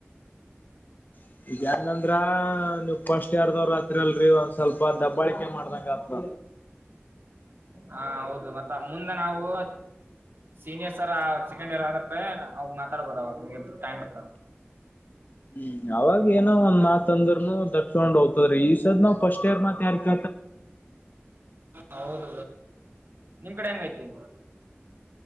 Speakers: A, on the left; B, on the right.
A: ಹ ಈಗ್ಯಾಂಗಂದ್ರ ನೀವುಫಸ್ ಯಾರದವ್ರ ಅತ್ರಲ್ರಿ ಒಂದ್ ಸ್ವಲ್ಪ ದಬ್ಬ ಬಾಳಕೆ ಮಾಡ್ದಂಗ ಹತ್ರ
B: ಹಾ ಹೌದು ಮತ್ತ ಮುಂದೆ ನಾವು ಸೀನಿಯರ್ ಸರ್ ಸೆಕೆಂಡ್ ಇಯರ್ ಆದ್ರೆ ಅವಾಗ ಮಾತಾಡ್ಬಹದು ಅವಾಗ ನಿ ಟೈಮ್ ಇ
A: ಹ್ಮ್ ಅವಾಗ ಏನೋ ಒಂದ್ತ್ ಅಂದ್ರರುನು ದರ್ಸ್ಕೊಂಡ್ ಹೋಗ್ತದ್ರೀ ಈ ಸದ್ ನಾವ್ ಫಸ್ಟ್ ಇಯರ್ ಮತ್ ಯಾರ್ಕ
B: ಹೌದ ನಿಮ ಕಡೆ ಹೆಂಗೈತಿ